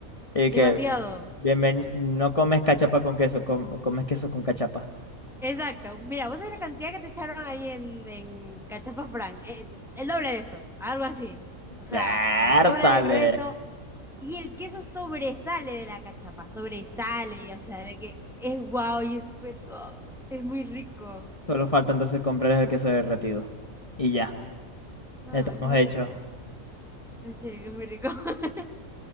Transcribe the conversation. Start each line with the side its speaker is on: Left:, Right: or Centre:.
Left: Y que
Centre: demasiado.
Left: Bienven- no comes cachapa con queso, com- comes queso con cachapa.
Centre: Exacto, mira, vos sabés la cantidad que te echaron ahí en, en Cachapafrán, el, el doble de eso, algo así. O sea,
Left: ¡Vértale!
Centre: el doble de grueso Y el queso sobresale de la cachapa, sobresale, o sea, de que es guau y es, pero, oh, es muy rico.
Left: Solo falta entonces comprar el queso derretido. Y ya,
Centre: No,
Left: ya estamos
Centre: es muy
Left: hechos.
Centre: rico. En serio que es muy rico. <laughs>